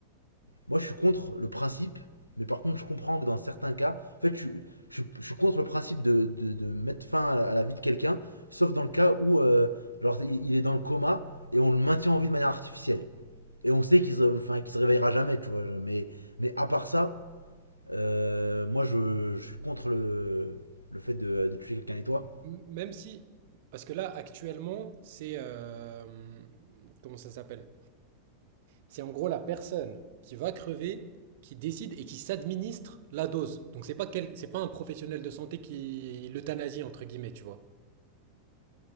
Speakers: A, on the left; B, on the right.
A: moi, je suis contre le principe, mais par contre, je comprends que dans certains cas, en fait, je, suis- je, suis- je suis contre le principe de, de, de mettre fin à la, à la vie de quelqu'un, sauf dans le cas où, euh, genre, il il est dans le coma et on le maintient en vie de manière artificielle. Et on sait qu'il se, enfin, qu'il se réveillera jamais, tu vois. je- Mais, mais à part ça, euh, moi, je, je suis contre le, le fait de, de tuer quelqu'un et toi.
B: M- Même si, parce que là actuellement, c'est, euh, comment ça s'appelle? C'est en gros la personne qui va crever, qui décide et qui s'administre la dose. Donc c'est pas quel- c'est pas un professionnel de santé qui l'euthanasie entre guillemets, tu vois.